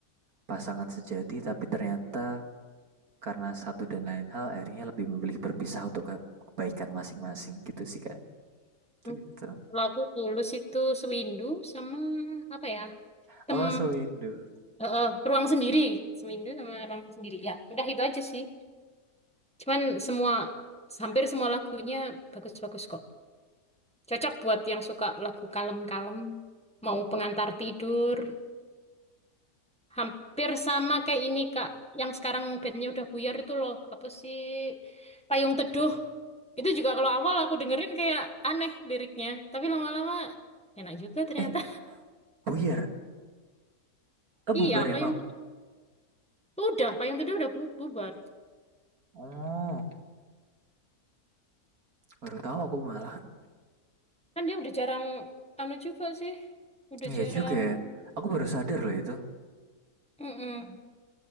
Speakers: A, on the right; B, in the centre.
A: pasangan sejati tapi ternyata karena satu dan lain hal akhirnya lebih memilih berpisah untuk ke- kebaikan masing-masing gitu sih Kak.
B: Hmm.
A: Gitu.
B: Kalau aku tulus itu sewindu sama apa ya? Tem
A: Oh, sewindu.
B: eh, eh, ruang sendiri. Sewindu sama ruang sendiri. Ya, udah itu aja sih. Cuman semua hampir semua lagunya bagus-bagus kok. Cocok buat yang suka lagu kalem-kalem, mau pengantar tidur. Hampir sama kayak ini, Kak. Yang sekarang bandnya udah buyar itu loh. Apa sih? Payung Teduh. Itu juga kalau awal aku dengerin kayak aneh liriknya, tapi lama-lama enak juga ternyata.
A: Eh, buyar. Eh,
B: Iya,
A: bubar
B: Payung
A: emang.
B: Teduh. Udah, Payung Teduh udah bu- bubar.
A: Oh, baru tahu aku malah.
B: Kan dia udah jarang anu juga sih. Udah
A: Iya
B: jarang.
A: juga ya. Aku baru sadar loh itu.
B: Mm-mm.